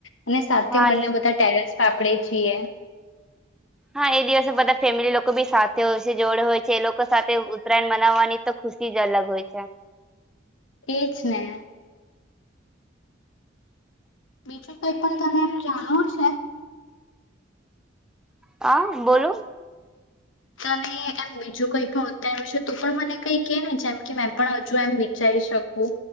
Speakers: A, on the left; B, in the centre.
A: અને સા
B: હા
A: બંને બધા ટેરેસ સાપડે છીએ.
B: હા એ દિવસે બધા ફેમિલી લોકો બી સાથે હોય છે જોડે હોય છે એ લોકો સાથે ઉત્તરાયણ મનાવવાની તો ખુશી જ અલગ હોય છે.
A: એ જ ને બીજું કઈ પણ તને એમ જાણવું છે.
B: હા બોલો
A: ત એમ બીજું કઈ પણ ઉત્તયણશે તો પણ મને કઈ કે ને જેમ કે મે પણ હજુ એમ વિચારી શકું